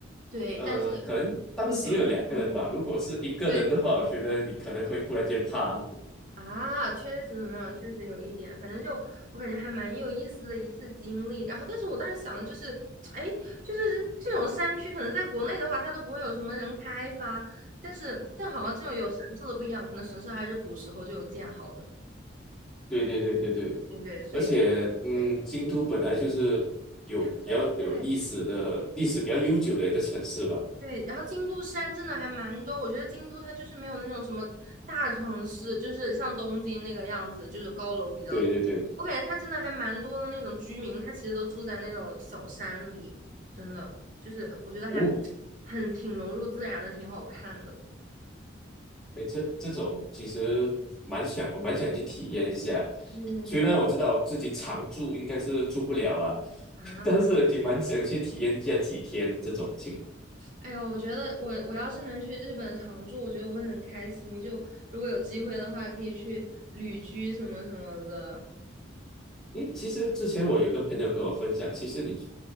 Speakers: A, on the right (about 40°); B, in the centre.
A: 对，
B: 呃，
A: 但是
B: 可能当时有两个人吧。
A: 对 <laughs>
B: 如果是一个人的话，
A: 对
B: 我觉得你可能会忽然间怕。<laughs>
A: 啊，确实呢，确实有一点，反正就我感觉还蛮有意思的一次经历。然后，但是我当时想的就是，哎，就是这种山区，可能在国内的话，它都不会有什么人开发，但是但好像这种有神社的不一样，可能神社还是古时候就有建好的。
B: 对对对对对，
A: 对对，所以。
B: 而且，嗯，
A: 对。
B: 京都本来就是有比较有历史的历史比较悠久的一个城市吧。
A: 对对对对对对对，然后京都山真的还蛮多，我觉得京都它就是没有那种什么大城市，就是像东京那个样子，就是高楼比较，
B: 对对对，
A: 我感觉它真的还蛮多的那种居民，他其实都住在那种小山里，真的就是我觉得还
B: 哦，
A: 很挺融入自然的，挺好看的。
B: 哎，这这种其实蛮想，我蛮想去体验一下。
A: 对对对对
B: 虽然我知道我自己常住应该是住不了了，
A: 啊。
B: <laughs> 但是也蛮想去体验一下几天这种情况。
A: 哎呦，我觉得我我要是能去日本常住，我觉得我会很开心。就如果有机会的话，可以去旅居什么什么的。
B: 因为其实之前我有个朋友跟我分享，其实你